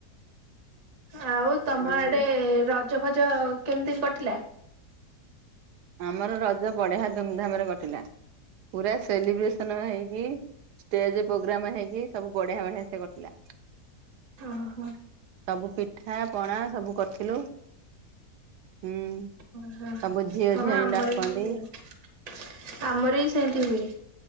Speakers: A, on the right; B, on the right.
A: ଆଉ ତମ ଆଡେ ରଜ ଫଜ କେମତି କଟିଲା?
B: ଆମର ରଜ ବଢିଆ ଧୁମଧାମରେ କଟିଲା। ପୁରା ସେଲିବ୍ରେସନ ହେଇକି ଷ୍ଟେଜେ ପୋଗ୍ରାମ ହେଇକି ସବୁ ବଢିଆ ବଢିଆ ସେ କଟିଲା।
A: ଅ ହ।
B: ସବୁ ପିଠା ପଣା ସବୁ କରିଥିଲେ। ହୁଁ ସବୁ।
A: ଓହୋ
B: ଝିଅ
A: ହଁ
B: ଝିଆଣି
A: ଆମର
B: ଡାକନ୍ତି
A: ବି ସେମତି ହୁଏ। ଆମର ବି ସେମତି ହୁଏ।